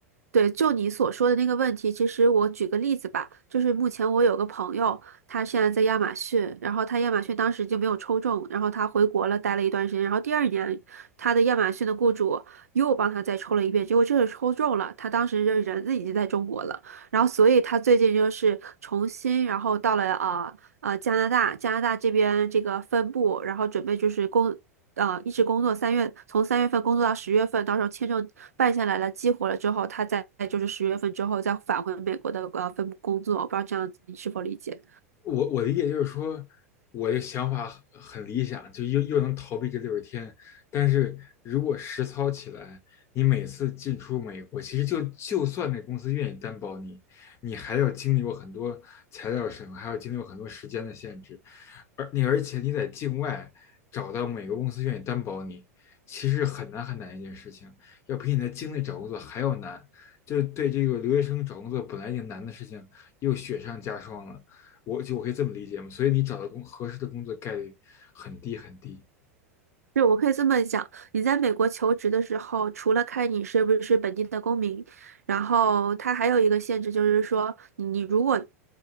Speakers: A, on the right; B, on the left.
A: 对，就你所说的那个问题，其实我举个例子吧，就是目前我有个朋友，他现在在亚马逊，然后他亚马逊当时就没有抽中，然后他回国了，待了一段时间，然后第二年他的亚马逊的雇主又帮他再抽了一遍，结果这次抽中了，他当时这人已经在中国了。然后所以他最近就是重新，然后到了呃呃加拿大，加拿大这边这个分部，然后准备就是工呃一直工作三月，从三月份工作到十月份，到时候签证办下来了，激活了之后，他再就是十月份之后再返回美国的呃分部工作，我不知道这样子你是否理解。
B: 我我理解就是说，我的想法很很理想，就又又能逃避这六十天。但是如果实操起来，你每次进出美国，其实就就算那公司愿意担保你，你还要经历过很多材料审核，还要经历过很多时间的限制。而你而且你在境外找到每个公司愿意担保你，其实很难很难一件事情，要比你在境内找工作还要难。就对这个留学生找工作本来已经难的事情，又雪上加霜了。我就我可以这么理解嘛，所以你找到工合适的工作概率很低很低。
A: 是，我可以这么讲，你在美国求职的时候，除了看你是不是本地的公民，然后它还有一个限制，就是说你你如果